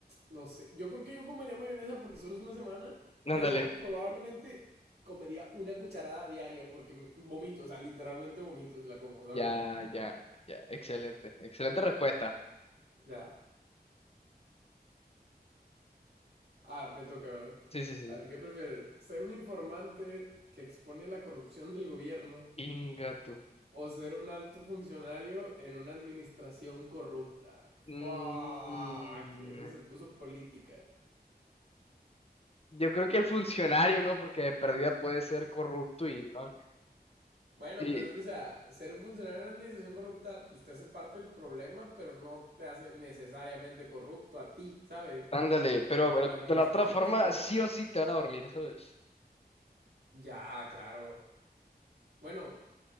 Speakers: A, on the right; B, on the left.
A: no sé. Yo creo que yo comería mayonesa porque solo es una semana,
B: Ándale.
A: pero probablemente comería una cucharada diaria porque m- vomito, o sea, literalmente vomito si la como, ¿sabes?
B: Ya, ya, ya. Excelente. Excelente respuesta.
A: Ya. Ah, me toca, ¿verdad?
B: Sí, sí, sí.
A: A ver, ¿qué prefieres? ¿Ser un informante que expone la corrupción del gobierno
B: Inga tú.
A: o ser un alto funcionario en una administración corrupta?
B: Mm,
A: Fuck, esa se puso política.
B: yo creo que el funcionario, ¿no? Porque de perdida puede ser corrupto y no.
A: Bueno,
B: Y
A: pues es que, o sea, ser un funcionario en una administración corrupta, pues te hace parte del problema, pero no te hace necesariamente corrupto a ti, ¿sabes?
B: ándale, pero,
A: Porque
B: pero
A: la administración
B: de la otra forma,
A: está corrupta.
B: sí o sí te van a dormir, ¿sabes?
A: Ya, claro. Bueno,